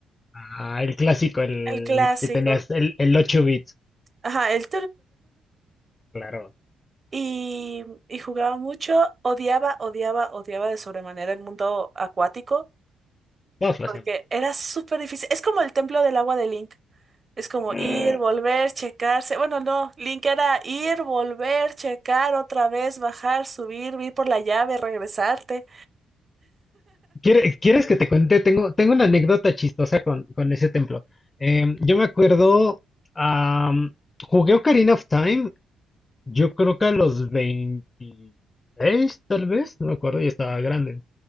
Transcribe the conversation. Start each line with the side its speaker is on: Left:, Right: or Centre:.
Left: Ah, el clásico, el
Right: El clásico.
Left: que tenías, el, el 8 bits.
Right: Ajá, el...
Left: Claro,
Right: Y, y jugaba mucho, odiaba, odiaba, odiaba de sobremanera el mundo acuático,
Left: todos lo
Right: porque
Left: hacemos.
Right: era súper difícil. Es como el templo del agua de Link. Es como
Left: Eh,
Right: ir, volver, checarse. Bueno, no, Link era ir, volver, checar otra vez, bajar, subir, ir por la llave, regresarte.
Left: ¿quiere- ¿Quieres que te cuente? Tengo, tengo una anécdota chistosa con, con ese templo. Em, yo me acuerdo, am, jugué Ocarina of Time, yo creo que a los 26 tal vez, no me acuerdo, y estaba grande.